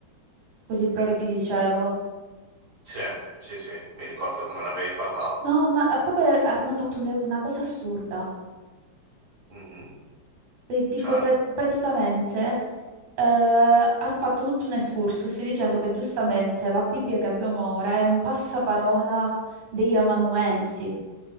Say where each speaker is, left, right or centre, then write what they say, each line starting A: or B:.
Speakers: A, on the right; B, on the right.
A: quel libro che ti dicevo.
B: Sì, sì, sì, mi ricordo che me ne avevi parlato.
A: No, ma eh, proprio er, hanno fatto un- una cosa assurda,
B: Mhm.
A: E tipo
B: Cioè,
A: pra- praticamente eh, ha fatto tutto un excursus dicendo che giustamente la Bibbia che abbiamo ora è un passaparola degli amanuensi.